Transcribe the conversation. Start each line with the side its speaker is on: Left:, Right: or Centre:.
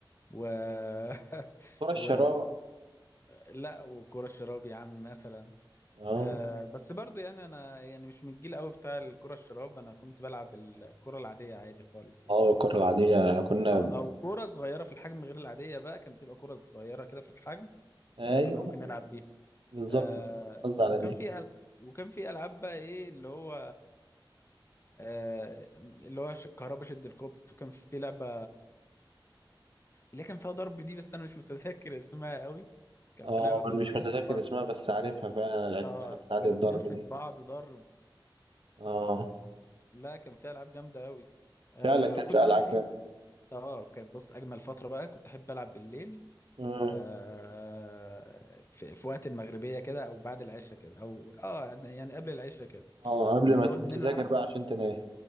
Left: و <laughs>
Right: كرة الشراع
Left: و لا وكره الشراب يا عم مثلا
Right: اه
Left: آه بس برضو يعني انا يعني مش من الجيل قوي بتاع الكره الشراب انا كنت بلعب الكره العاديه عادي خالص يعني
Right: اه الكرة العادية كنا
Left: اه
Right: ب...
Left: او كوره صغيره في الحجم غير العاديه بقى كانت بتبقى كوره صغيره كده في الحجم
Right: ايوه
Left: آه كنا ممكن نلعب بيها
Right: بالظبط
Left: آه
Right: دي. قصدي على
Left: وكان
Right: دي
Left: في أل... وكان في العاب بقى ايه اللي هو آه اللي هو ش... كهربا شد الكوبس وكان في لعبه اللي كان فيها ضرب دي بس انا مش متذكر اسمها قوي كان
Right: اه
Left: في لعبه كنا
Right: انا مش
Left: بنمسك
Right: متذكر
Left: بعض
Right: اسمها بس عارفها فعلا انا لعبتها
Left: اه
Right: بتاعة
Left: كنا
Right: الضرب
Left: بنمسك
Right: دي
Left: بعض ضرب
Right: اه
Left: لا كان فيها العاب جامده قوي آه
Right: فعلا كانت
Left: وكنا
Right: فيها العاب
Left: بقى ايه
Right: جامدة
Left: اه كانت بص اجمل فتره بقى كنت احب العب بالليل
Right: مم.
Left: آه، في, في وقت المغربية كده أو بعد العشاء كده أو آه يعني يعني قبل العشاء كده
Right: اه قبل
Left: كنا
Right: ما
Left: نقعد
Right: تقوم
Left: نلعب
Right: تذاكر بقى عشان تنام